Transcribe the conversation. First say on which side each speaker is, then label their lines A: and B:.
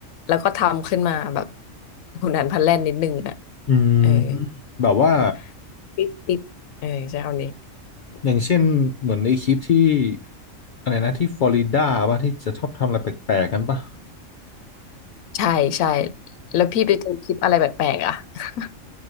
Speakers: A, on the left; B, on the left.
A: แล้วก็ทำขึ้นมาแบบหุนหันพลันแล่นนิดนึงอ่ะ
B: อืม
A: เออ
B: แบบว่า
A: เออติดติดเออใช้คำนี้
B: อย่างเช่นเหมือนในคลิปที่อะไรนะที่ฟลอริดาป่ะที่จะชอบทำอะไรแปลกๆกันป่ะ
A: ใช่ใช่แล้วพี่ไปเจอคลิปอะไรแปลกๆอ่ะ <laughs>